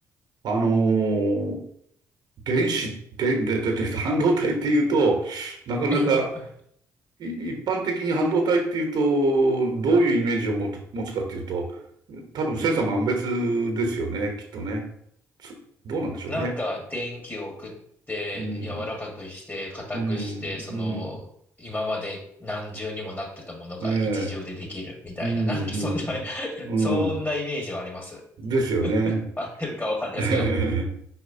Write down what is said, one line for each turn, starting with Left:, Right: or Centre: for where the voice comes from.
Right: あのー電子、で、で、で、で、半導体っていうと、なかなか、
Left: <laughs>
Right: い一般的に半導体っていうと、どういうイメージを持つ持つかっていうと、多分千差万別ですよね、きっとね。つどうなんでしょうね。
Left: なんか電気を送って柔らかくして硬くしてその今まで何重にもなってたものが一重でできるみたいななんかそんな
Right: うん、うん、うん、ええ、うん、
Left: <laughs>
Right: うん、
Left: そんなイメージはあります。
Right: うん、ですよね。
Left: <laughs> 合ってるかわかんないですけど。
Right: <laughs>